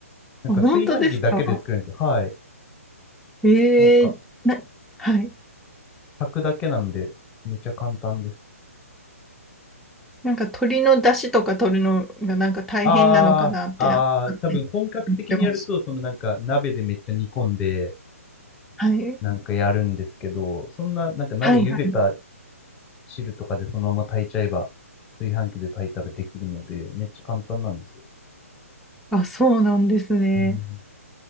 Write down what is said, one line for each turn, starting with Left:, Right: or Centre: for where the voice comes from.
Left: なんか炊飯器だけで作れるんですよ。
Centre: あ本当ですか
Left: はい。
Centre: ええな、
Left: なんか、
Centre: はい。
Left: 炊くだけなんで、めっちゃ簡単です。
Centre: なんか鶏の出汁とか取るのがなんか大変なのかなってなんか勝手に思ってました。
Left: ああ、ああ、多分本格的にやると、そのなんか鍋でめっちゃ煮込んで、
Centre: はい。
Left: なんかやるんですけど、そんななんか鍋茹でた
Centre: はいはい。
Left: 汁とかでそのまま炊いちゃえば、炊飯器で炊いたらできるので、めっちゃ簡単なんですよ。
Centre: あ、そうなんですね。
Left: うん